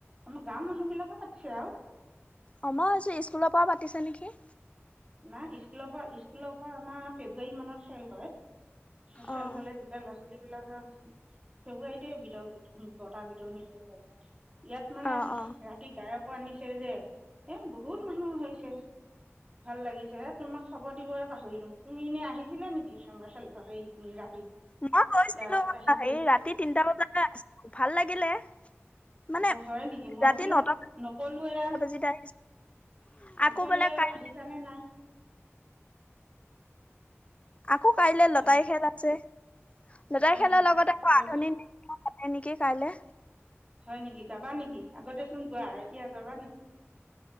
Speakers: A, on the right; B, on the left.
A: আমাৰ গাঁওৰ মানুহ বিলাকে পাতিছে আও।
B: অ মই ভাবিছো স্কুলৰ পৰা পাতিছে নেকি?
A: নাই স্কুলৰ পা স্কুলৰ পৰা আমাৰ ফেব্ৰুৱাৰী মানত খেল হয়। সেখন
B: অ',
A: হ'লে তেতিয়া লৱা ছলি বিলাকে ফেব্ৰুৱাৰীতেই বিতৰ বটাঁ বিতৰণি হৈ গল <unintelligible> ইয়াত মানে
B: অ', অ',
A: ৰাতি গায়কো আনিছে যে, এ বহুত মানুহ হৈছে। ভাল লাগিছে তোমাক খবৰ দিবই পাহৰিলোঙ তুমি এনেই আহিছিলা নেকি সাঙবা খেল সেই ৰাতি?
B: মই গৈছিলো,
A: গায়ক আহিছে
B: সেই
A: যে
B: ৰাতি তিনটা বজালে আছিলো ভাল লাগিলে। মানে
A: অ' হয় নেকি? মই
B: ৰাতি
A: বোলো
B: নটা
A: নকলোয়ে।
B: বাজিতে আহিছোঁ আকৌ
A: নকলোৱে
B: বোলে কাইলৈ
A: আহিছানে নাই?
B: আকৌ কাইলছ
A: হয়
B: লটাৰি
A: নি
B: খেল আছে, লটাৰি
A: হয়
B: খেলৰ
A: নেকি
B: লগত আকৌ
A: ল'ৰাটো
B: আধুনিক নৃত্ হ'লেই নেকি কাইলে।
A: হয় নেকি গাবা নিকি? আগতে চোন গোৱা, এতিয়া গাবা নি